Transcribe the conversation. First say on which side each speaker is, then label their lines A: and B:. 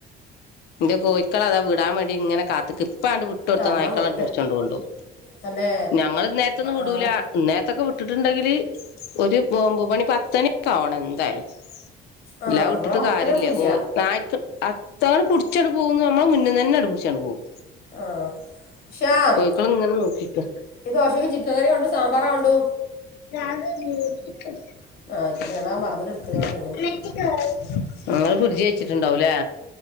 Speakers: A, on the left; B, on the left.
A: എന്റെ കോഴിക്കള അതാ വിടാൻ വേണ്ടി ഇങ്ങനെ കാത്ത് ഇക്ക് ഇപ്പ അണ്ട് വിട്ടൊടുത്ത
B: ആഹ്
A: നായ്ക്കളണ്ട്
B: ഞാൻ വിട്ട്
A: പിടിച്ചോണ്ട് കൊണ്ട് പോവും
B: തന്നെ
A: ഞങ്ങൾ ഇന്നേരത്തൊന്നും വിടൂല
B: ആഹ്
A: ഇന്നേരത്തൊക്കെ വിട്ടുട്ടുണ്ടെങ്കില് ഒരു ഒമ്പ മണി പത് ട്ടോണം എന്തായാലും
B: ആഹ്
A: എല്ലാ വിട്ടിട്ട്
B: ഇവിടെ അത്രൊന്നുല്ല
A: കാരില്ല ഓ ആ് അവ പിടിച്ചട്ട പോകുന്നു നമ്മള് മുന്ന തന്നെടി പിടിച്ചോണ്ട് പോകും
B: ആഹ ശ്യാം
A: കോഴിക്കള് ഇങ്ങനെ നോക്കിക്ക
B: ഇ ദോഷക്ക് ചിക്കൻ കറിയ ഉണ്ടണ്ട് സാമ്പാറാ ഉണ്ടു
A: ങ്ങ
B: ആഹ് ആയിക്കോട്ടെ ഞാനത് മറന്നിട്ട് എടുത്ത്ക്ക്ണ് അതന്നെ
A: വിജയിച്ചിട്ടുണ്ടാവലേ